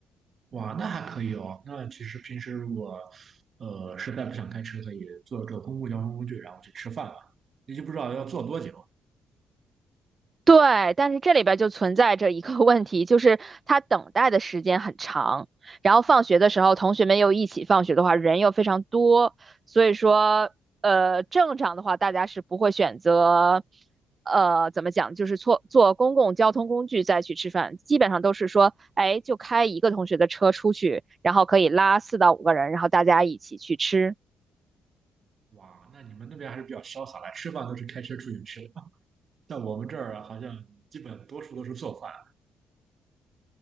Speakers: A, on the right; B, on the right.
A: 的？哇，那还可以哦。那其实平时如果呃实在不想开车，可以坐这公共交通工具，然后去吃饭吧。你就不知道要坐多久。
B: 对，但是这里边就存在着一个 <laughs> 问题，就是他等待的时间很长，然后放学的时候，同学们又一起放学的话，人又非常多，所以说，呃，正常的话，大家是不会选择，呃，怎么讲，就是坐坐公共交通工具再去吃饭，基本上都是说，哎，就开一个同学的车出去，然后可以拉四到五个人，然后大家一起去吃。
A: 哇，那你们那边还是比较潇洒的，吃饭都是开车出去吃的。<laughs> 在我们这儿啊好像基本多数都是做饭。